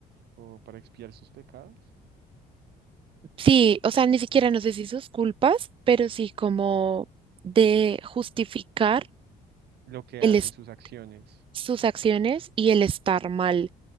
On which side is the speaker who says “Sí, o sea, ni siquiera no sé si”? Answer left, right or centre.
Right